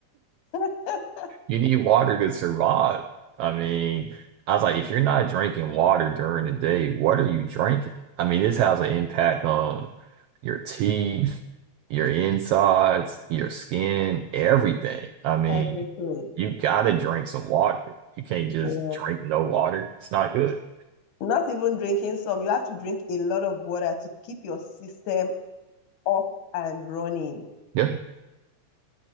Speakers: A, on the left (about 85°); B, on the right (about 85°).
A: Yeah. <laughs>
B: You need water to survive. I mean, I was like, if you're not drinking water during the day, what are you drinking? I mean, this has an impact on your teeth, your insides, your skin, everything. I mean,
A: Everything.
B: you gotta drink some water. You can't just
A: Yeah.
B: drink no water. It's not good.
A: Not even drinking some. You have to drink a lot of water to keep your system up and running.
B: Yeah.